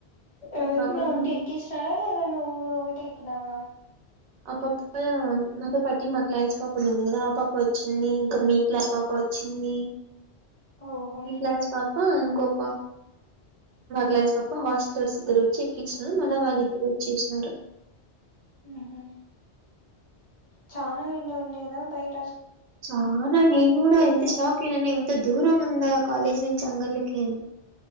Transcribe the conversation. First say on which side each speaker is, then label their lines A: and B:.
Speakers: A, on the left; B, on the right.
A: ఎవరైనా
B: పాపం
A: ఉంటే ఎక్కించినారా లేదన్ నువ్వు ఒకటే ఎక్కినావ
B: ఆ పాప నాతో పటి మా క్లాస్ పాప ఉండింది కదా ఆ పాప వచ్చింది ఇంకా మీ క్లాస్ పాప వచ్చింది
A: ఓహో
B: మీ క్లాస్ పాప కో పాప మా క్లాస్ పాప హాస్టలర్స్ ఇద్దర వచ్చి ఎక్కించినారు మళ్ళ వాళ్ళిద్దర వచ్చేసినారు
A: మ్మ్ హ్మ్ చాన్ ల ఎండ ఉండెన బయట్
B: చానానే నేన్ గూడా ఇంత
A: కూడా
B: షాక్ ఏననే ఇం త దూరం ఉందా. కాలేజ్ నుంచి అంగల్లకి అని